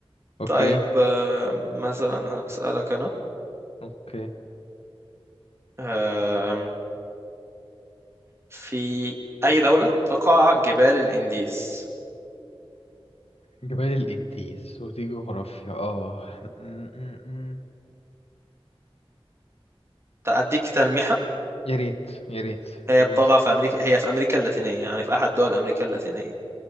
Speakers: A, on the left; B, on the right.
A: أوكي
B: طيب آه، مثلا
A: س-
B: هسألك انا
A: أوكي
B: آم، في اي دوله تقع جبال الانديز
A: جبال الإنديز ودي جغرافيا آه <laughs>
B: اديك تلميحه
A: يا ريت يا ريت
B: هي
A: الموضوع
B: بتقع
A: ص-
B: في امريكا هي في امريكا اللاتينيه يعني في احد دول امريكا اللاتينيه